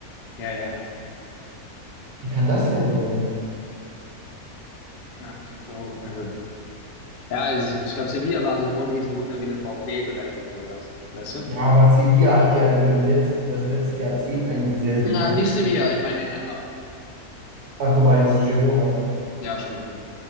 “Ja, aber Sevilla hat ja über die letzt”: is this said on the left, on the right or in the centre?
Right